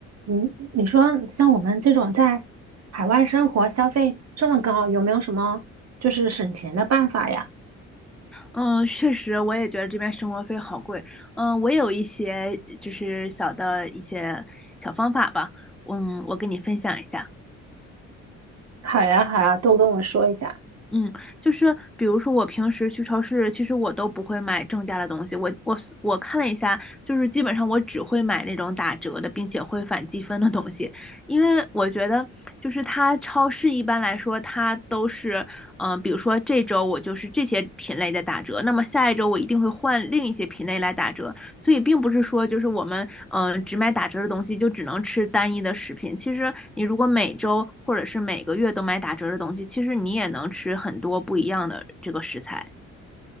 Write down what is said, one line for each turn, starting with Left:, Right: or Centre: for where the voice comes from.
Right: 嗯，你说像我们这种在海外生活消费这么高，有没有什么就是省钱的办法呀？
Centre: 嗯，确实，我也觉得这边生活费好贵。嗯，我有一些就是小的一些小方法吧，嗯，我跟你分享一下。
Right: 好呀，好呀，都跟我说一下。
Centre: 嗯，就是比如说我平时去超市，其实我都不会买正价的东西。我我我看了一下，就是基本上我只会买那种打折的，并且会返积分的东西，因为我觉得就是它超市一般来说它都是，嗯、比如说这周我就是这些品类在打折，那么下一周我一定会换另一些品类来打折。所以并不是说就是我们嗯、呃只买打折的东西就只能吃单一的食品。其实你如果每周或者是每个月都买打折的东西，其实你也能吃很多不一样的这个食材。